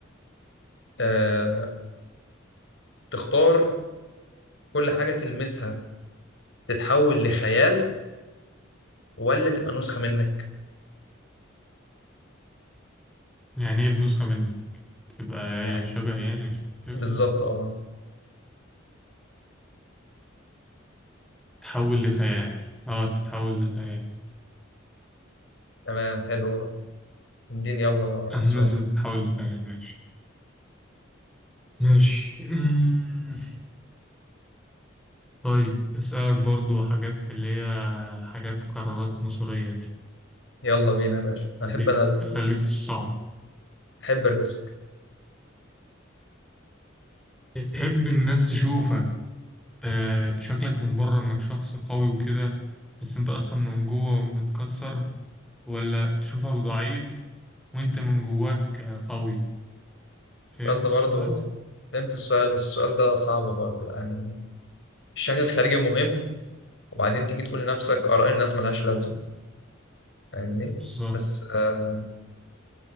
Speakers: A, on the left (about 65°); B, in the centre.
A: أه... تختار كل حاجه تلمسها تتحول لخيال ولا تبقى نسخة منك
B: يعني ايه بنسخة منك تبقى ايه
A: يعني
B: شبه يعني شكلي
A: بالظبط اه
B: تتحول لخيال اه تتحول لخيال <laughs>
A: تمام حلو أوي. اديني يلا
B: اه،
A: سؤال
B: مثلا تتحول لخيال ماشي ماشي أمم، طيب أسألك برضو حاجات في اللي هي حاجات قرارات مصيرية دي
A: يلا بينا يا باشا أنا
B: خليك
A: أحب أنا ال...
B: خليك في الصعب
A: أحب الريسك
B: تحب الناس تشوفك آه شكلك من بره انك شخص قوي وكده بس انت اصلا من جوه متكسر ولا تشوفك ضعيف وانت من جواك قوي فهمت
A: السؤال ده برضو
B: السؤال
A: فهمت السؤال بس السؤال ده صعب برضو يعني الشكل الخارجي مهم وبعدين تيجي تقول لنفسك آراء الناس ملهاش لازمة فاهمني
B: بالظبط
A: بس آه